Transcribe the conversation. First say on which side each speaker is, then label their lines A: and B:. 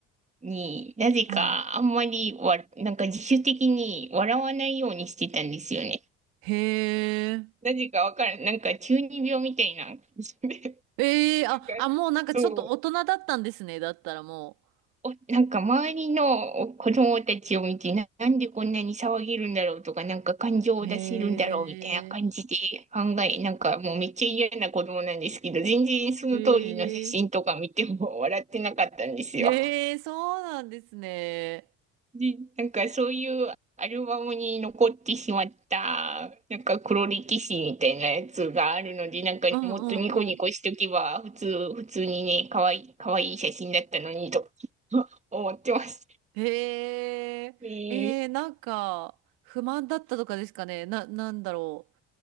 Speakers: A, on the right; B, on the right.
A: になぜかあんまりわ、
B: はい。
A: なんか自主的に笑わないようにしてたんですよね。
B: へえ。
A: なぜかわからん、なんか中二病みたいな感じで、
B: ええあ、
A: <laughs> なんか
B: あ、もうなんかちょっと大人だったんですね。
A: そう、
B: だったらもう。
A: おなんか周りの子供たちを見て、な、なんでこんなに騒げるんだろうとか、なんか感情を出せるんだろうみたいな感じで考え、
B: へえ、
A: なんかもうめっちゃ嫌な子供なんですけど、全然その当時の写真とか見ても
B: へえ、
A: <laughs> 笑ってなかったんですよ。
B: へえ、そうなんですね。
A: で、なんかそういうアルバムに残ってしまった、なんか黒歴史みたいなやつがあるので、なんかもっとニコニコしとけば、
B: うんうんうん。
A: 普通、普通にね、かわいい、かわいい写真だったのにと <laughs> 思ってます。
B: へえ、
A: え
B: えー、なんか、不満だったとかですかね。な、なんだろう。